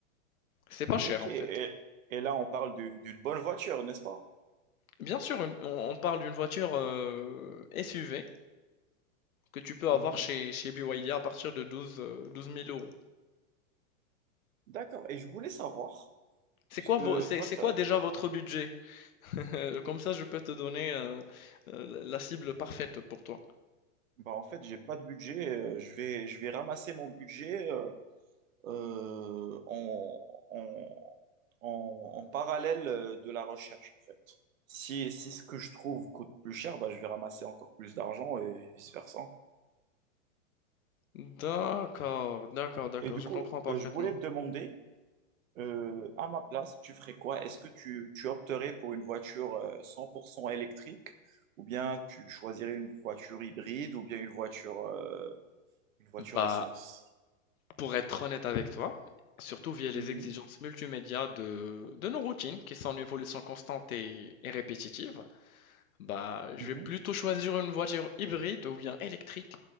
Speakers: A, on the left (about 80°); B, on the right (about 70°).
A: C'est pas
B: Ok.
A: cher en
B: Et,
A: fait.
B: et là, on parle du- d'une bonne voiture, n'est-ce pas?
A: Bien sûr, une- on, on parle d'une voiture euh, SUV que tu peux avoir
B: mhm.
A: chez, chez BYD à partir de 12 euh, 12 000 euros.
B: D'accord. Et je voulais savoir,
A: C'est
B: puisque
A: quoi, vo- c'est,
B: toi,
A: c'est
B: t'as...
A: quoi déjà votre budget? <laughs> Comme ça, je peux te donner euh, euh, la la cible parfaite pour toi.
B: Bah, en fait, j'ai pas de budget. euh, je vais, je vais ramasser mon budget. euh, euh, en, en, en- en parallèle euh, de la recherche, en fait. Si, si ce que je trouve coûte plus cher, bah, je vais ramasser encore plus d'argent et vice-versa.
A: D'accord, d'accord, d'accord,
B: Et du
A: je
B: coup,
A: comprends parfaitement.
B: euh, je voulais te demander, euh, à ma place, tu ferais quoi? Est-ce que tu, tu opterais pour une voiture euh, 100% électrique ou bien tu choisirais une voiture hybride ou bien une voiture, euh, une voiture
A: Bah,
B: essence?
A: Pour être honnête avec toi, surtout via les
B: Mhm,
A: exigences multimédia de, de nos routines qui sont en évolution constante et, et répétitive, bah, je
B: mhm.
A: vais plutôt choisir une voiture hybride ou bien électrique